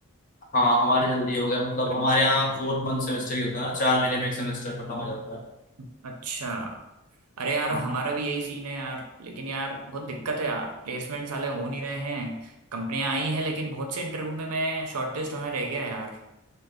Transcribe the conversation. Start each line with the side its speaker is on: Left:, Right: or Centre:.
Left: हाँ हमारे जल्दी हो गया मतलब
Right: अ-
Left: हमारे यहाँ फोर्थ मंथ सेमेस्टर ही होता है चार महीने में एक सेमेस्टर खत्म हो जाता है
Right: अच्छा अरे यार
Left: हाँ
Right: हमारा
Left: हाँ
Right: भी यही सीन है यार लेकिन यार बहुत दिक्कत है यार प्लेसमेंट साले हो नहीं रहे हैं कंपनियां आई हैं लेकिन बहुत से इंटरव्यू में मैं शॉर्टलिस्ट होना रह गया यार